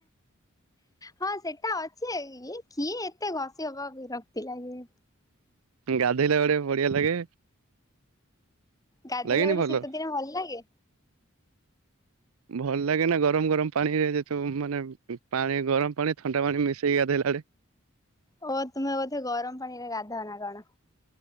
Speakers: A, on the left; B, on the right.
A: ହଁ ସେଟା ଅଛି କିଏ ଏତେ ଘଷ ହବ ବିରକ୍ତି ଲାଗେ
B: ଗାଧୋଇଲେ ବଡେ ବଢିଆ ଲାଗେ।
A: ଗାଧୋଇଲା
B: ଲାଗେନି
A: ବୋଟେ
B: ଭଲ?
A: ଶୀତ ଦିନ ଭଲ ଲାଗେ
B: ଭଲ ଲାଗେ ନା ଗରମ ଗରମ ପାଣିରେ ଯେତୁ ମାନେ ପାଣି ଗରମ ପାଣି ଥଣ୍ଡା ପାଣି ମିଶେଇ ଗଧୋଇଲାବେଳେ।
A: ଓ ତୁମେ ବୋଧେ ଗରମ ପାଣିରେ ଗାଧାଅ ନା କଣ?